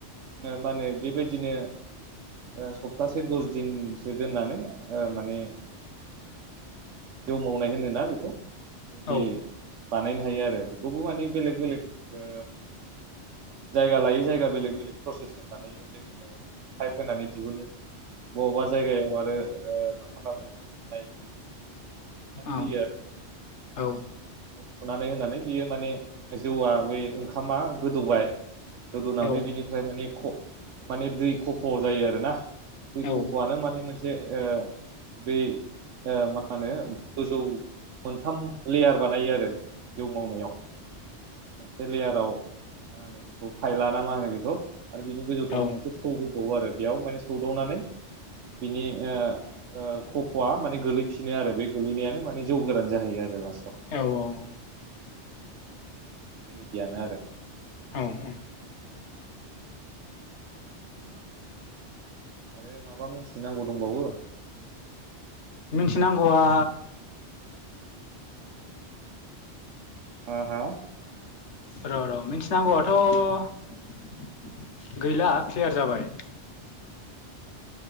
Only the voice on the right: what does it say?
ओ मा होनो बेबायदिनो ओ सप्तासे दस दिनसो दोननानै ओ माने दोनबाय नांगोन होनदोंना बेखौ बिदि
बानायनो हायो आरो बेखौबो माने बेलेग बेलेग ओ जायगा लायै जायगा बेलेग बेलेग प्रसेसजों बानायो जोंनियाव माने पाइप होनानै दिहुनो बबेबा जायगायाव आरो ओ मा खालामो दुमनाय होनो बेखौ बे सिङावनो सोनानै
होयो आरो
औ <unintelligible> सुनानै होनानै बियो माने जौआ बे ओंखामा गोदौबाय गोदौनानै
बिनि ओमफ्राय माने माने दै खफ'आव जायो आरो ना दै
खफ'आनो माने मोनसे बे ओ बे ओ माने गोजौ मोनथाम लेयार बानायो आरो जौ मावनायाव मोनसे लेयाराव मा होनो बेखौ फाइल ना मा होनो बेखौ आरो बेनि गोजौथाराव
मोनसे थौ होबावो आरो बेयाव माने सौदावनानै बिनि ओ ओ खफ'आ माने गोलैफिनो आरो बे गोलैनायानो माने जौ गोरान जाहैयो आरो ना
बेबायदियानो आरो
आरो माबा मिथि नांगौ दंबावो
आ हा